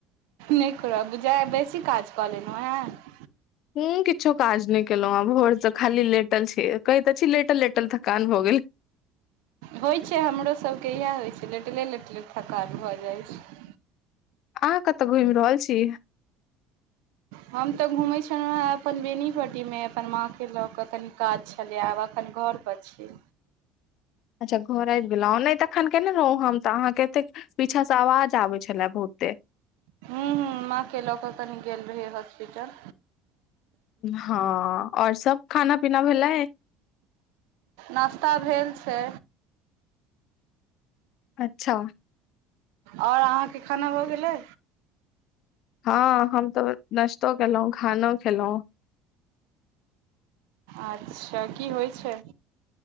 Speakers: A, on the right; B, on the left.
A: नै करब बूझे आइ बेबी काज क लेलू ह।
B: ॐह किछो काज नहि केलहुँ आ भोरसँ खाली लेटल छी कहै त छी लेटल लेटल थकान भऽ गेल।
A: होय छै हमरोसभके इएह होय छै लेटले लेटले थकान भऽ जाइत छै।
B: अहाँ कतऽ घूमि रहल छी।
A: हम त घुमै छलहुँ ह अपन बेनीपट्टीमे अपन माँ क लऽ कऽ तनि काज छलै आब एखन घरपर छी।
B: अच्छा घर आबि गेलहुँ नहि तखन केने रहौ हम अहाँके एते पीछा से आवाज आबै छले बहुते
A: हूँ हूँ माँके लऽ कऽ कनि गेल रहि हॉस्पिटल
B: हँ आ ओर सब खाना पीना भेलै
A: नश्ता भेल छै।
B: अच्छा
A: आओर अहाँके खाना भऽ गेलै
B: हँ हम तऽ नाश्तो केलू खानो खेलहुॅं
A: अच्छा की होइ छै